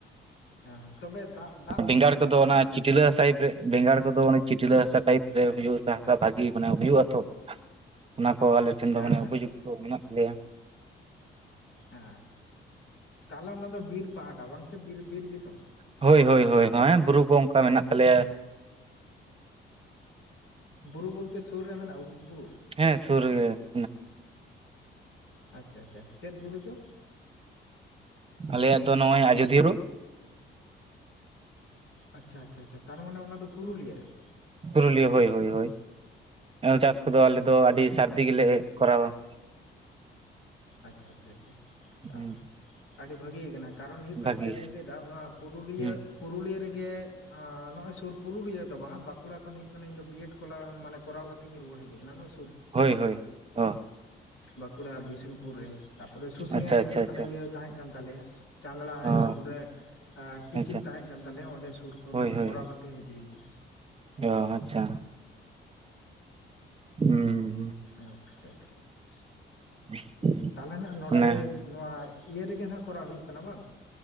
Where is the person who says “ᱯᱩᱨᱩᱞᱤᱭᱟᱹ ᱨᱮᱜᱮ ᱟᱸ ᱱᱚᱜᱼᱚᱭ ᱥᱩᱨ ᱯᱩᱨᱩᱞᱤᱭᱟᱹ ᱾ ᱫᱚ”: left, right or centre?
Left